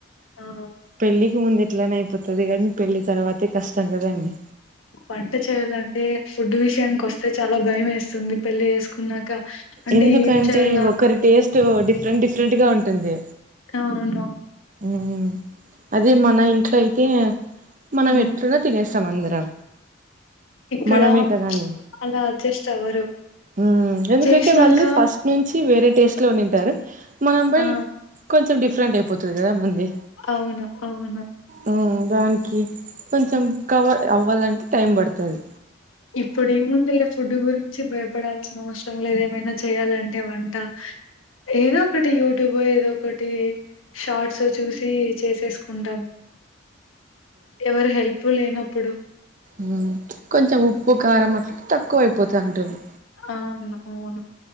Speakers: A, on the left; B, on the right.
A: ఆ
B: పెళ్ళికి ముందె <unintelligible> ఐపోత్ వస్తది కని పెళ్లి తర్వాతే కష్టం కదండి
A: వంట చేయాలంటే ఫుడ్ విషయానికి వస్తే చాలా భయం వేస్తుంది పెళ్లి చేసుకున్నాక అంటే
B: ఎందుకంటే
A: ఏం చేయాల
B: ఒకరి టేస్ట్ డిఫ డిరెంట్ డిఫరెంట్గాంటుంది
A: అవును
B: మ్ అదే మన ఇంట్లో అయితే మనం
A: ఉమ్
B: ఎట్లుగా తినేస్త సమంద్రం
A: ఇక్కడ
B: మనమే కదా అని
A: అలా అడ్జస్ట్ అవ్వరు
B: మ్మ్ ఎందుకంటే
A: చేసినాక
B: వాళ్ళు ఫస్ట్ నుంచి వేరే టేస్ట్ లో ఉండిఉంటారు మనంపై
A: ఆ
B: కొంచెం డిఫ ఫరెంట్ పొతది కదా బంది
A: అవును అవును
B: మ్మ్ దానికి కొంచెం కవర్ అవ్వాలంటే టైం పడుతది
A: ఇప్పుడు ఏముంది లే ఫుడ్ గురించి భయపడాల్సిన అవసరం లేద ఏమైనా చేయాలంటే వంట ఏదో ఒకటి యూట్యూబ్ ఏదో ఒకటి షార్ట్స్ చూసి చేసేసుకుంటాం ఎవరు హెల్ప్ఫుల్ ఏన ఇప్పుడు
B: మ్మ్ కొంచెం ఉప్పు కారం అట్లా తక్కువ పోయిపోతా అంటంది
A: అవును అవును